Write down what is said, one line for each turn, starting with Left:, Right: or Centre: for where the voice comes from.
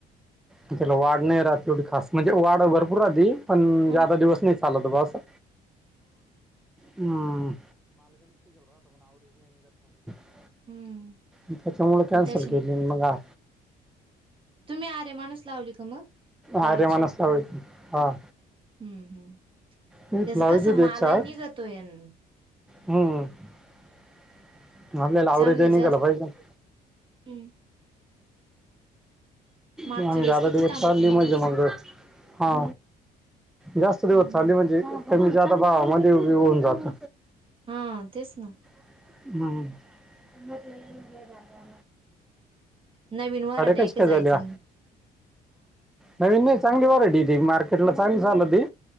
Centre: आणि त्याला वाढ नई ऱ्हात तेवढी खास म्हणजे वाढ भरपूर राहती. पण
Right: हा
Centre: जादा दिवस नई चालतं बा असं. हम्म... <unintelligible>
Right: हम्म
Centre: त्याच्यामुळे कॅन्सल
Right: त्याच्या
Centre: केली मग हा.
Right: तुम्ही आरे माणस लावली का मग लावायची
Centre: आर्यमानच लावायची हा.
Right: हम्म हम्म.
Centre: मीच
Right: त्याचं
Centre: लावायची
Right: कसं
Centre: होती
Right: मालयी
Centre: एकशे आठ
Right: निघतोय अन.
Centre: हम्म आपल्याला आवरायचे
Right: चांगले
Centre: नीघाला
Right: जास्त
Centre: पाहिजे ना.
Right: हम्म मागच्या
Centre: मग
Right: वेळेस
Centre: ज्यादा
Right: किती
Centre: दिवस
Right: तांबट्या
Centre: चालली
Right: निघायच्या
Centre: म्हणजे मग हा. जास्त
Right: हम्म
Centre: दिवस चालले म्हणजे कमी जादा भावामध्ये होऊन जात.
Right: हा तेच ना.
Centre: हम्मम. तु प का. <unintelligible>
Right: नवीन वराड
Centre: कशी
Right: आहे का
Centre: काय झाली
Right: जायचं
Centre: हा?
Right: नाही.
Centre: नवीन चांगली मध्ये व्हरायटी ती मार्केट ला चांगली चालती.